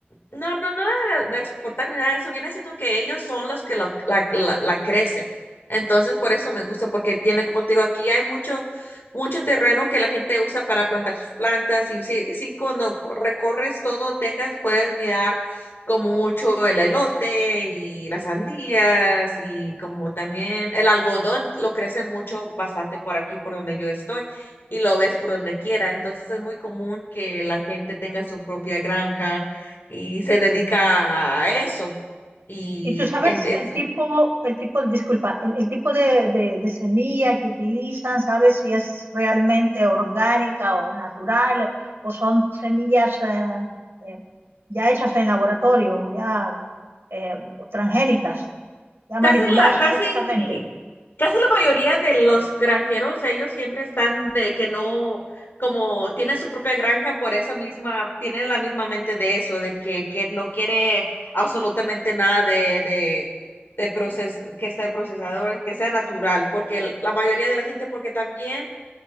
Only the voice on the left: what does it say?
No, no, no a- de exportar ni nada de eso. Viene siendo que ellos son los que lo- la, la, la crecen. Entonces, por eso me gusta, porque tiene, como te digo, aquí hay mucho, mucho terreno que la gente usa para plantar sus plantas. Y si, si cuando co- recorres todo Texas, puedes mirar como mucho el elote y las sandías y como también el algodón, lo crecen mucho, bastante por aquí, por donde yo estoy, y lo ves por donde quiera. Entonces, es muy común que la gente tenga su propia granja y se dedica a eso. Y
en- es-
casi
la, casi,
casi la mayoría de los granjeros, ellos siempre están de que no, como tienen su propia granja, por esa misma, tienen la misma mente de eso, de que, que no quiere absolutamente nada de, de, de proces, que esté procesado, que sea natural, porque la mayoría de la gente, porque también